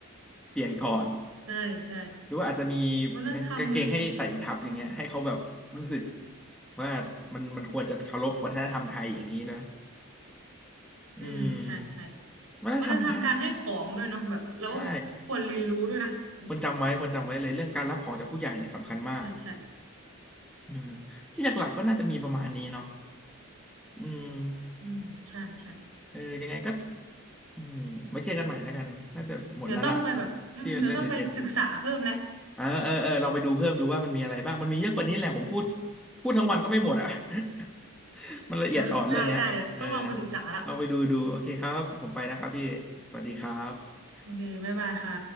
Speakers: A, in the centre; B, on the right.
A: เปลี่ยนก่อน
B: ใช่ใช่
A: หรือว่าอาจจะมี
B: วัฒนธรรม
A: กางเกงให้ใส่ทับอย่างเงี้ยให้เขาแบบรู้สึก
B: อืม
A: ว่ามันมันควรจะเคารพวัฒนธรรมไทยอย่างนี้นะอืม
B: อืมใช่ใช่
A: วัฒนธรรมไทย
B: วัฒนธรรมการให้ของด้วยเนาะแบบเราก็ควรเรียนรู้ด้วยนะจริง
A: ใช่ ควรจำไว้ควรจำไว้เลยเรื่องการรับของจากผู้ใหญ่เนี่ยสำคัญมาก
B: ๆใช่ใช่
A: อืมที่หลักๆก็น่าจะมีประมาณนี้เนาะอืม
B: อืมใช่ใช่
A: เออยังไงก็อืมไว้เจอกันใหม่แล้วกันน่าจะหมดแล้วล่ะ
B: เดี๋ยวต้องไปแบบอืมเดี๋ยวต้องไปศึกษาเพิ่มแหละ
A: ที่เรื่องเด็ดๆเออเออเออลองไปดูเพิ่มดูว่ามันมีอะไรบ้างมันมีเยอะกว่านี้แหละผมพูดพูดทั้งวันก็ไม่หมดอ่ะ <laughs> มันละเอียดอ่อนเรื่องเนี้ยเออ
B: อ่ะได้ได้เดี๋ยวต้องลองไปศึกษาละ
A: ลองไปดูดูโอเคครับผมไปแล้วครับพี่สวัสดีครับ
B: โอเคบ๊ายบายค่ะ